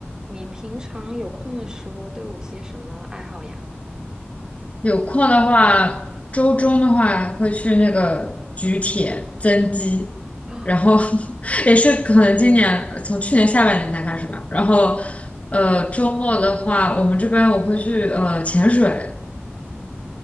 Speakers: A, on the right; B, on the left.
A: 你平常有空的时候都有些什么爱好呀？
B: 有空的话，周中的话会去那个举铁增肌，
A: <gasps> 啊，
B: 然后 <laughs> 也是可能今年呃从去年下半年才开始吧。然后，呃，周末的话，我们这边我会去呃潜水，